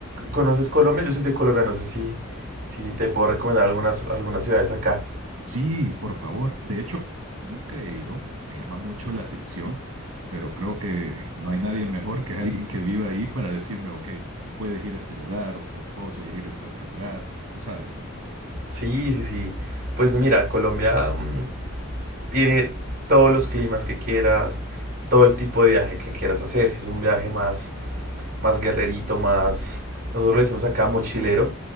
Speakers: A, on the right; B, on the right.
A: ¿conoces Colombia? Yo soy de Colombia, no sé si, si te puedo recomendar algunas, algunas ciudades acá.
B: Sí, por favor. De hecho, nunca he ido. Me llama mucho la atención, pero creo que no hay nadie mejor que alguien que viva ahí para decirme, ok, puedes ir a este lugar o te puedo sugerir este otro lugar. Tú sabes, ¿no?
A: Sí, sí, sí. Pues mira, Colombia, mm, Tiene todos los climas que quieras, todo el tipo de viaje que quieras hacer. Si es un viaje más, más guerrerito, más, nosotros lo decimos acá mochilero,